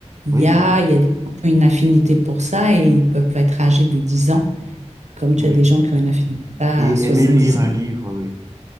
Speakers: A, on the right; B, on the right.
A: Il
B: oui,
A: y a, il y a des gens qui ont une affinité pour ça et ils peuvent être âgés de 10 ans, comme tu
B: oui.
A: as des gens qui ont une affinité à
B: Et
A: 70
B: aimer lire un livre, oui.